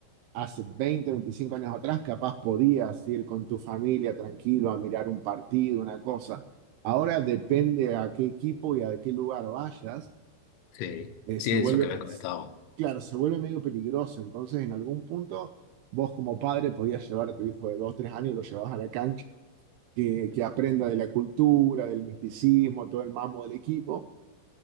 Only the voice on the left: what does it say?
Sí,
sí,
es
lo que me
han
comentado.